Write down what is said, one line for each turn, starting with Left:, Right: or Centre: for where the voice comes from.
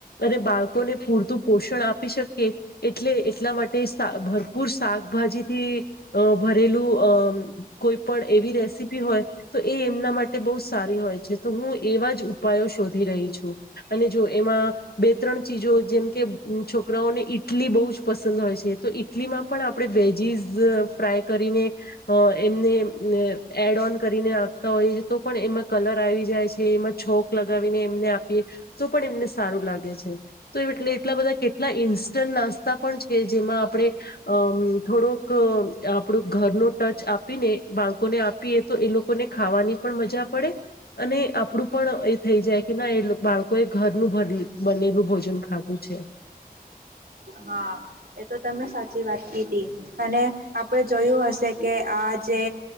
Left: અને બાળકોને પૂરતું પોષણ આપી શકે એટલે એટલા માટે ભરપૂર શાકભાજીથી ભરેલું અ કોઈ પણ રેસીપી હોય તો એ એમના માટે બહ સારી હોય છે તો હું એવા જ ઉપાયો શોધ રહી અને જો એમાં બે ત્રણ ચીજો જેમ કે છોકરાઓને ઈટલી બ પસંદ હોય છે તો ઈટલીમાં પણ આપણે વેજીસ ફ્રાય કરીને એમને એડ ઓન કરીને આખતા હોય એ તો પણ એમાં કલર આવી જાય છે એમાં છોક લ વને એ આપીએ તો પણ એમને સારું લાગે છે, તો એટલા બધા કેટલા ઇન્સ્ટ તા પણ છે, જેમાં આપણે થોડોક આપણું ઘરનો ટચ આપીને બાળકોને આપીએ તો, એ લોકોને ખાવાની પણ મજા પડે અને આપણું પણ થઈ જાય કે ના એ બાળકો એ ઘરનું બનેલું ભોજન ખાધું છે. <inaudible>
Right: હા એ તો તમે સાચી વાત કીધી અને આપણે જોયું હશે કે આજ જે